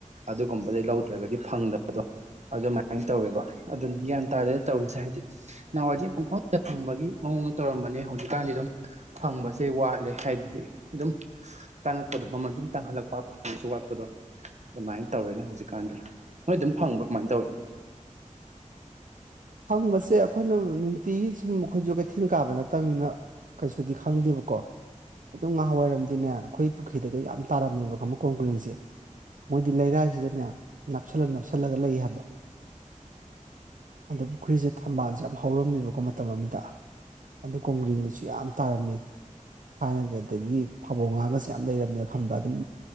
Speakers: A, on the right; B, on the right.
A: ꯑꯗꯨꯒꯨꯝꯕꯗꯩ ꯂꯧꯗ꯭ꯔꯒꯗꯤ ꯐꯪꯗꯕꯗꯣ ꯑꯗꯨꯃꯥꯏꯅ ꯇꯧꯋꯦꯕ ꯑꯗꯨꯅ ꯒ꯭ꯌꯥꯟ ꯇꯥꯗꯦꯗ ꯇꯧꯔꯤꯁꯦ ꯍꯥꯏꯗꯤ ꯅꯍꯥꯟꯋꯥꯏꯗꯤ ꯄꯨꯡꯐꯡꯗ ꯐꯨꯡꯕꯒꯤ ꯃꯑꯣꯡꯗ ꯇꯧꯔꯝꯕꯅꯦ ꯍꯧꯖꯤꯛꯀꯥꯟꯗꯤ ꯑꯗꯨꯝ ꯐꯪꯕꯁꯦ ꯋꯥꯠꯂꯦ ꯍꯥꯏꯕꯗꯤ ꯑꯗꯨꯝ ꯇꯥꯡꯉꯛꯄꯗ ꯃꯃꯜ ꯁꯨꯝ ꯇꯥꯡꯍꯜꯂꯛꯄ ꯐꯪꯕꯁꯨ ꯋꯥꯠꯄꯗꯣ ꯑꯗꯨꯃꯥꯏꯅ ꯇꯧꯔꯦꯅꯦ ꯍꯧꯖꯤꯛꯀꯥꯟꯗ ꯅꯣꯏ ꯑꯗꯨꯝ ꯐꯪꯕ꯭ꯔ ꯀꯃꯥꯏ ꯇꯧꯋꯤ
B: ꯐꯪꯕꯁꯦ ꯑꯩꯈꯣꯏꯅ ꯅꯨꯡꯇꯤꯒꯤ ꯁꯨꯝ ꯑꯩꯈꯣꯏꯁꯨ ꯀꯩꯊꯦꯜ ꯀꯥꯕ ꯅꯠꯇꯃꯤꯅ ꯀꯩꯁꯨꯗꯤ ꯈꯪꯗꯦꯕꯀꯣ ꯑꯗꯨꯝ ꯉꯍꯥꯟꯋꯥꯏꯔꯝꯗꯤꯅꯦ ꯑꯩꯈꯣꯏ ꯄꯨꯈ꯭ꯔꯤꯗꯒ ꯌꯥꯝ ꯇꯥꯔꯝꯃꯦꯕ ꯈꯪꯕ꯭ꯔ ꯀꯣꯡꯒ꯭ꯔꯦꯡꯁꯦ ꯃꯣꯏꯗꯤ ꯂꯩꯔꯥꯏꯁꯤꯗꯅꯦ ꯅꯞꯁꯜꯂ ꯅꯞꯁꯜꯂꯒ ꯂꯩ ꯍꯥꯏꯕ ꯑꯗ ꯄꯨꯈ꯭ꯔꯤꯁꯦ ꯊꯝꯕꯥꯜꯁꯦ ꯌꯥꯝ ꯍꯧꯔꯝꯃꯦꯕꯀꯣ ꯃꯇꯝ ꯑꯃꯗ ꯑꯗꯨ ꯀꯣꯡꯒ꯭ꯔꯦꯡꯗꯨꯁꯨ ꯌꯥꯝ ꯇꯥꯔꯝꯃꯦ ꯊꯥꯏꯅ ꯑꯗꯒꯤ ꯐꯥꯕꯣ ꯉꯥꯒꯁꯦ ꯌꯥꯝ ꯂꯩꯔꯝꯃꯦ ꯈꯪꯕ꯭ꯔ ꯑꯗꯨꯝ